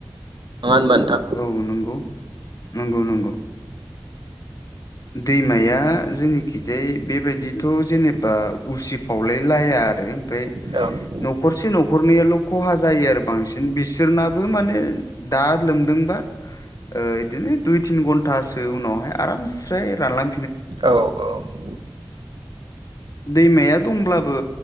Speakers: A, on the right; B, on the left.
A: नङा होनबा नोंथां।
B: औ नंगौ। <inaudible> नंगौ नंगौ। दैमाया जोंनिखिजाय बेबायदिथ' जेनेबा उसिफावलाय लाया आरो ओमफाय
A: औ।
B: न'खरसे न'खरनैयाल' ख'हा जायो आरो बांसिन बिसोरनाबो माने दा लोमदोंबा ओ इदिनो दुइ तिन घन्टासो उनावहाय आराम स्राय रानलां
A: औ औ।
B: दैमाया दंब्लाबो